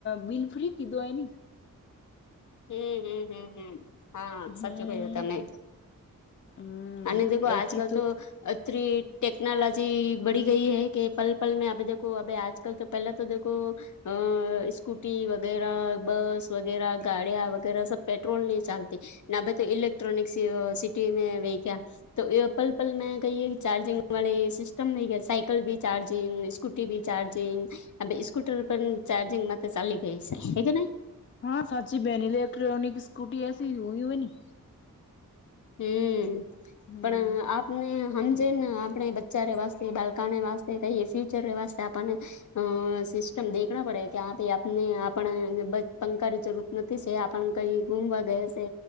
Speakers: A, on the left; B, on the left.
A: બિલ ફ્રી કીધો એ ન
B: હમ્મ હમ્મ હમ્મ હા
A: હમ
B: સાચું કઈ તને
A: હમ
B: અને દો
A: બાકી
B: આજ કલ તો એતરી ટટેકનોલોજી બડીી ગઈ હ કે પલ પલ મે અભ દેખો અભ આજ કલ તો પહેલાં તો દખો. અ સ્કૂટી વગેરા બસ વગેરા ગાડિયા વગેરે સબ પેટ્રોલ નહી ચાલતી ના ભ તો ઇક્ટ્રોનિકસ સિટી મે વ કયા તો એ પલ પલ મેં કહીએ કે ચાર્જિંગ વાળી સિસ્ટમ હૈ કેયા સાઇકલ ભી ચાર્જિંગ સ્કૂટી બી ચાર્જિંગ હ સ્કૂટર પણ ચાર્જિંગમાં તો ચાલી ગઈ છે, હ કે નહી
A: હા સાચી બ બેની એક્ટ્રોનિક સ્કૂટી એસી હોઈ હોય ની
B: હમ
A: હમ
B: પણ આપ ને સમમજેને આપણે બચ્ચા ર વાસ્તે બાળકાને વાતે કહીએ ફ્યુચર વાસ્તે આપણને અ સિસ્ટમ દેખણા પડે કે આ આપને આપણ પંખાની જરૂ નથી છે આપ કઈ ગુમવા ગયા છે,